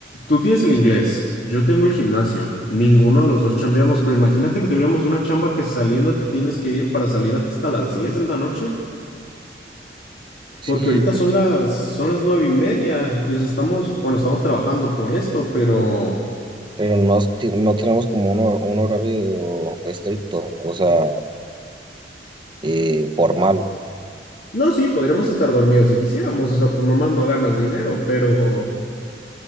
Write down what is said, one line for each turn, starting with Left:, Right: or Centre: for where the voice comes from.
Left: tú tienes el inglés, yo tengo el gimnasio, ninguno de los dos chambeamos, pero imagínate que tuviéramos una chamba que saliendo te tienes que ir para salir hasta las 10 de la noche.
Right: Sí,
Left: Porque ahorita
Right: pues,
Left: son las, son las nueve y media y o sea, estamos, bueno, estamos trabajando por esto, pero
Right: Pero no, es ti- no tenemos como un, hor- un horario estricto, o sea, eh, formal.
Left: No, sí, podríamos estar dormidos si quisiéramos, o sea, pues nomás no ganas dinero, pero,